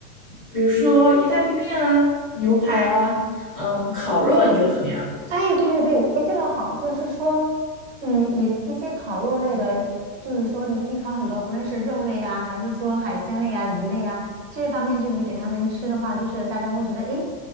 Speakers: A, in the centre; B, on the right.
A: 比如说意大利面啊、牛排啊，嗯，烤肉啊，你觉得怎么样？
B: 哎，对对对，哎，这个好，就是说，嗯，你一些烤肉类的，就是说你可以烤很多，不论是肉类啊，还是说海鲜类啊、鱼类啊，这方面就是给他们吃的话，就是大家会觉得，哎，